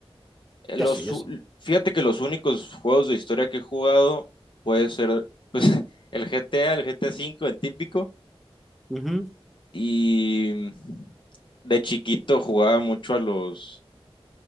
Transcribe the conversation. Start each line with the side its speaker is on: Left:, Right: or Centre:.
Left: Eh,
Centre: Yo
Left: Los,
Centre: sí, yo
Left: u-
Centre: sí.
Left: fíjate que los únicos juegos de historia que he jugado puede ser pues, <laughs> el G GTA, el G GTA cinco el típico.
Centre: Ujú.
Left: Y mm, de chiquito jugaba mucho a los,